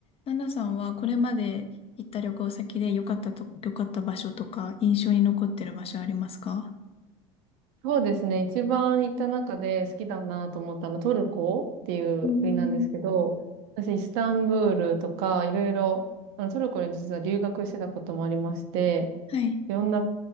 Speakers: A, on the left (about 35°); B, on the right (about 70°).
A: ナナさんはこれまで行った旅行先で良かったと、良かった場所とか印象に残ってる場所ありますか
B: そうですね。一番行った中で好きだなと思ったのトルコっていう国なんですけど、
A: うーん、
B: 私イスタンブールとかいろいろ、あのトルコに実は留学してたこともありまして、
A: はい。
B: いろんな